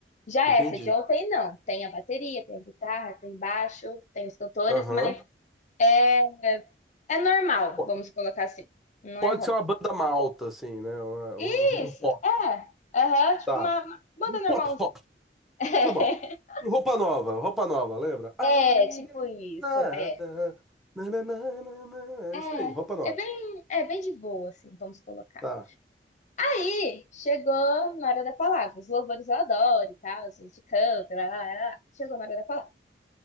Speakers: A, on the left; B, in the centre.
A: Já
B: Entendi.
A: essa de ontem, não. Tem a bateria, tem a guitarra, tem baixo, tem os cantores,
B: Aham.
A: mas é, é normal,
B: Po-
A: vamos colocar assim. Não
B: Pode
A: é rock.
B: ser uma banda malta, assim, né? Uma-
A: Isso,
B: Um, um pop.
A: é. Aham, tipo
B: Tá.
A: uma, uma
B: Um
A: banda
B: pop
A: normal,
B: rock.
A: <laughs>
B: Tá bom. Um Roupa nova, roupa nova, lembra? A
A: É,
B: minha
A: é, tipo isso,
B: nada.
A: é.
B: Nananana.
A: É,
B: É isso aí, roupa nova.
A: é bem, é bem de boa, assim, vamos colocar.
B: Tá.
A: Aí, chegou na hora da palavra. Os louvores eu adoro e tal, a gente canta, lá, lá, lá, lá. Chegou na hora da palavra.